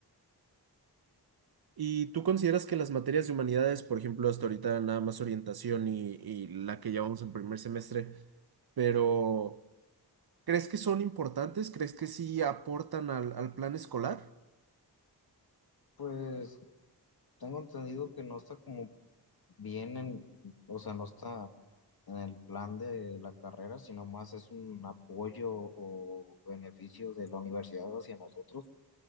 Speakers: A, on the right; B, on the left.
A: ¿Y tú consideras que las materias de humanidades, por ejemplo, hasta ahorita nada más orientación y, y la que llevamos en primer semestre, pero ¿crees que son importantes? ¿Crees que sí aportan al, al plan escolar?
B: pues tengo entendido que no está como bien en, o sea, no está en el plan de la carrera, sino más es un apoyo o beneficio de la universidad hacia nosotros,